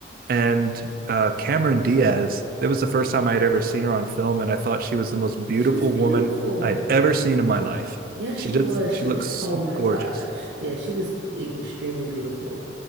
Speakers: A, on the right (about 50°); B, on the right (about 85°).
A: and uh, Cameron Diaz. That was the first time I had ever seen her on film, and I thought she was the most beautiful
B: She was beautiful.
A: woman I had ever seen in my life.
B: Yes,
A: She
B: she
A: just,
B: was.
A: she
B: She
A: looks
B: was, oh my
A: gorgeous.
B: gosh. Yeah, she was e- extremely beautiful.